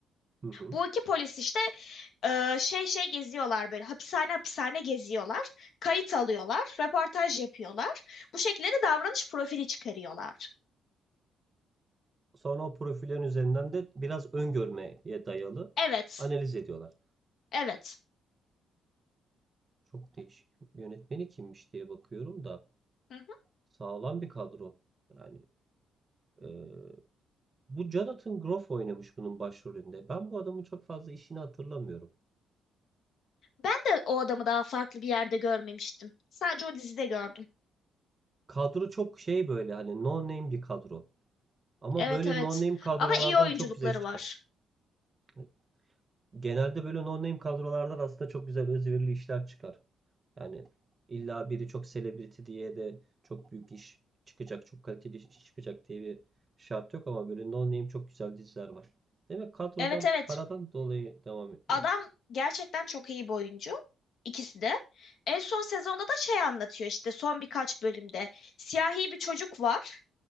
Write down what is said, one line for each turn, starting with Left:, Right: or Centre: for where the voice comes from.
Right: <laughs> Hı hı.
Left: Bu iki polis işte e, şey şey geziyorlar böyle hapishane hapishane geziyorlar. Kayıt alıyorlar, röportaj yapıyorlar. Bu şekilde de davranış profili çıkarıyorlar.
Right: Sonra o profillerin üzerinden de biraz öngörmeye dayalı
Left: Evet,
Right: analiz ediyorlar.
Left: evet.
Right: Çok değişik. Yönetmeni kimmiş diye bakıyorum da
Left: Hı hı.
Right: sağlam bir kadro. Yani eee, Bu Jonathan Groff oynamış bunun başrolünde. Ben bu adamın çok fazla işini hatırlamıyorum.
Left: Ben de o adamı daha farklı bir yerde görmemiştim. Sadece o dizide gördüm.
Right: Kadro çok şey böyle hani no name bir kadro. Ama
Left: Evet
Right: böyle
Left: evet
Right: no name kadrolardan
Left: ama iyi oyunculukları
Right: çok güzel iş çıkar.
Left: var.
Right: Hani Genelde böyle no name kadrolardan aslında çok güzel özverili işler çıkar. Yani illa biri çok celebrity diye de çok büyük iş çıkacak, çok kaliteli iş çıkacak diye bir şart yok ama böyle no name çok güzel diziler var. Demek kadrodan,
Left: Evet evet
Right: paradan dolayı devam etmemiş.
Left: Adam gerçekten çok iyi bir oyuncu. İkisi de. En son sezonda da şey anlatıyor işte son birkaç bölümde. Siyahi bir çocuk var.